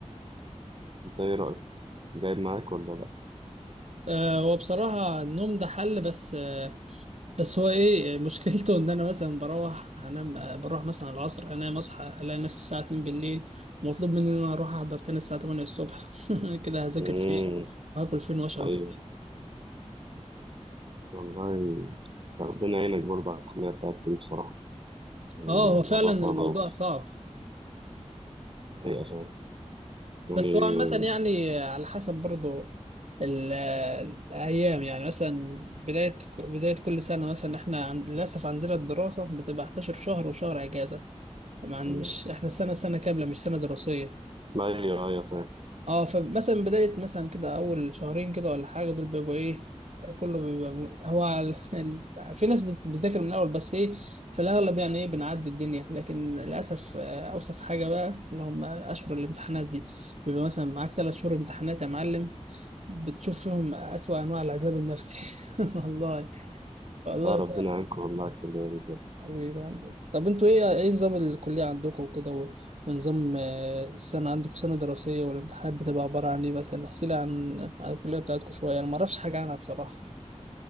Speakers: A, on the right; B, on the right.
A: انت ايه رايك جايب معاك ولا لا
B: آه، هو بصراحة النوم ده حل بس آه، بس هو ايه مشكلته ان انا مثلا بروح انام بروح مثلا على العصر انام اصحى الاقي نفسي الساعه 2 بالليل ومطلوب مني ان انا اروح احضر تاني الساعه 8 الصبح <laughs> كده هذاكر
A: امم
B: فين وهاكل فين واشرب
A: ايوه
B: فين
A: والله ربنا يعينك برضه على الكليه بتاعتك دي بصراحه يعني
B: اه
A: الموضوع
B: هو فعلا
A: صعب
B: الموضوع
A: قوي
B: صعب
A: حقيقه فعلا يعني
B: بس هو عامه يعني على حسب برضو ال- الايام يعني مثلا بدايه بدايه كل سنه مثلا احنا عن... للاسف عندنا الدراسه بتبقى 11 شهر وشهر اجازه طبعا مش
A: آه،
B: احنا السنه سنه كامله مش سنه دراسيه
A: ما ايوه ايوه فاهم
B: اه فمثلا بداية مثلا كده أول شهرين كده ولا حاجة دول بيبقوا إيه كله بيبقى م- هو على ال- <laughs> في ناس بت- بتذاكر من الأول بس إيه في الأغلب يعني إيه بنعدي الدنيا لكن للأسف آه، أوسخ حاجة بقى اللي هم أشهر الامتحانات دي بيبقى مثلا معاك تلات شهور امتحانات يا معلم بتشوف فيهم أسوأ أنواع العذاب النفسي <laughs> والله والله
A: اه ربنا يعينكم والله على الكليه دي بجد.
B: حبيبي يا هندسة. طب انتوا ايه ايه نظام الكلية عندكم وكده و- ونظام آه، السنة عندكم سنة دراسية والامتحانات بتبقى عبارة عن ايه مثلا احكي لي عن عن الكلية بتاعتكم شوية انا ما اعرفش حاجة عنها بصراحة